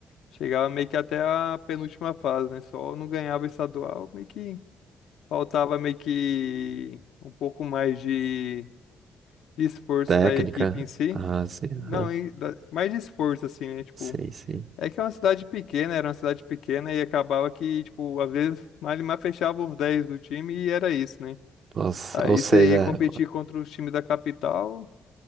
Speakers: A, on the left (about 85°); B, on the right (about 55°).
A: Chegava meio que até a penúltima fase, né? Só não ganhava estadual, meio que faltava meio que um pouco mais de esforço
B: Técnica?
A: da equipe em si.
B: Ah, sim, aham.
A: Não, e da- mais de esforço, assim, né? Tipo.
B: Sim, sim.
A: É que é uma cidade pequena, era uma cidade pequena e acabava que, tipo, às vezes Malimar fechava os 10 do time e era isso, né?
B: Nossa,
A: Aí
B: ou seja,
A: você ia competir contra os times da capital,